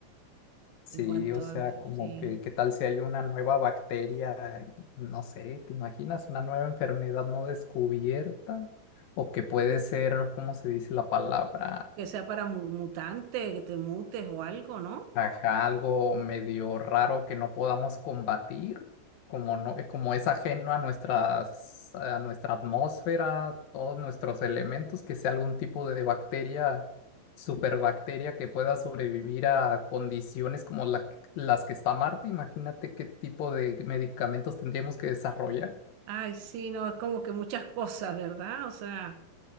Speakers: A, on the left; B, on the right.
A: sí,
B: En cuanto
A: o sea,
B: a,
A: como
B: sí,
A: que, ¿qué tal si hay una nueva bacteria? Y, No sé, ¿te imaginas una nueva enfermedad no descubierta? O que puede ser, ¿cómo se dice la palabra?
B: que sea para mu- mutante, que te mutes o algo, ¿no?
A: Ajá, algo medio raro que no podamos combatir, como no, eh, como es ajeno a nuestras, a nuestra atmósfera, todos nuestros elementos, que sea algún tipo de bacteria, superbacteria que pueda sobrevivir a condiciones como la que- las que está Marte. Imagínate qué tipo de medicamentos tendríamos que desarrollar,
B: Ay, sí, no, es como que muchas cosas, ¿verdad? O sea,